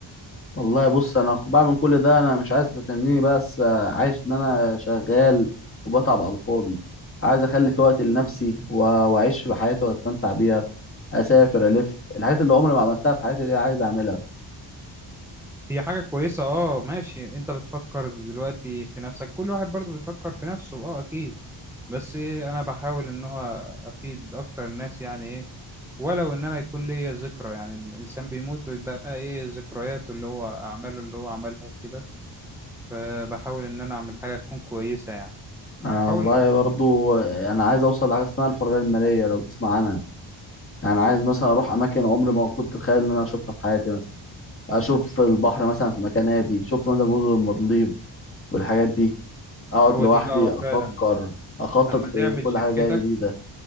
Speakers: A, on the left (about 25°); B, in the centre.
A: والله بص انا خ- بعمل كل ده انا مش عايز تتنيني بس آه، عايش ان انا شغال وبتعب على الفاضي عايز اخلي في وقت لنفسي و- واعيش في حياتي واتمتع بيها اسافر الف الحاجات اللي عمري ما عملتها في حياتي دي عايز اعملها
B: هي حاجة كويسة اه ماشي انت بتفكر دلوقتي في نفسك كل واحد برضو بيفكر في نفسه اه اكيد بس انا بحاول ان هو افيد اكتر الناس يعني ايه ولو ان انا يكون ليا ذكرى يعني الانسان بيموت ويبقى ايه ذكرياته اللي هو اعماله اللي هو عملها وكده فبحاول ان انا اعمل حاجة تكون كويسة يعني
A: انا
B: بحاول
A: والله برضو آه، انا عايز اوصل لحاجه اسمها الحريه الماليه لو تسمع عنها يعني عايز مثلا اروح اماكن عمري ما كنت اتخيل ان انا اشوفها في حياتي مثلا اشوف البحر مثلا في مكان هادي شفت مثلا جزر المالديف والحاجات دي اقعد
B: هو
A: لوحدي
B: دي بقى
A: افكر
B: فعلا
A: اخطط
B: لما
A: في
B: تعمل
A: كل
B: شركتك
A: حاجه جايه جديده